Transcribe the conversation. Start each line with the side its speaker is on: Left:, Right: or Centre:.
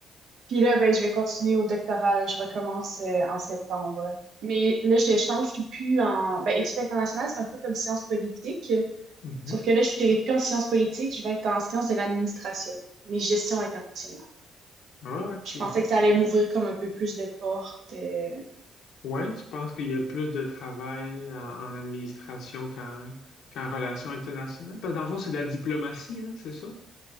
Right: Puis là, ben, je vais continuer au doctorat. Je recommence euh, en septembre. Mais là, je change, je suis plus en, ben, études internationales, c'est un peu comme sciences politiques.
Left: Mhm.
Right: Sauf que là, je suis plus en sciences politiques, je vais être en sciences de l'administration, mais gestion internationale.
Left: Ah, OK.
Right: Je pensais que ça allait m'ouvrir comme un peu plus de portes. euh,
Left: Ouais, tu penses qu'il y a plus de travail en, en administration qu'en qu'en relations internationales? Parce que dans le fond, c'est de la diplomatie, hein, c'est ça?